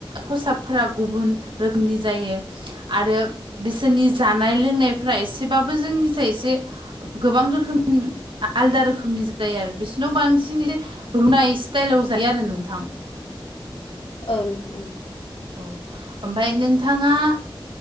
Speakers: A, on the right; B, on the left.
A: खसाबफोरा गुबुन रोखोमनि जायो आरो बिसोरनि जानाय लोंनायफोरा एसेबो जोंनिसाय एसे गोबां रोखोम आलदा रोखोमनि जायो आरो बिसिोरनाव बांसिन जे रुनाय स्टाइलाव जायो आरो नोंथां।
B: औ नोंथां औ।
A: औ ओमफ्राय नोंथाङा